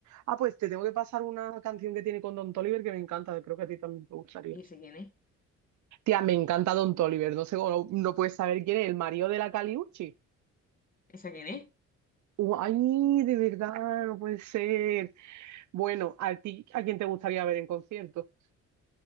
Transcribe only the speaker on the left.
¿Y ese quién es?
¿Esa quién es?